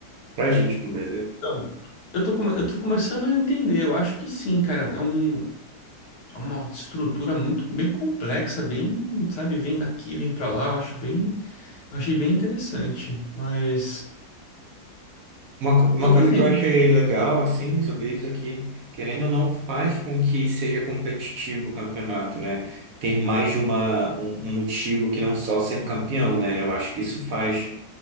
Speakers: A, on the right; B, on the left.
A: Pra gente no Brasil.
B: Então, eu tô, come- eu tô começando a entender, eu acho que sim, cara. É um, É uma estrutura muito bem complexa, bem, sabe, vem daqui, vem pra lá. Eu acho bem, eu achei bem interessante, mas
A: Uma, co- uma
B: tô aprendendo.
A: coisa que eu achei legal, assim, sobre isso é que, querendo ou não, faz com que seja competitivo o campeonato, né? Ter mais de uma, um, um motivo que não só ser campeão, né? Eu acho que isso faz.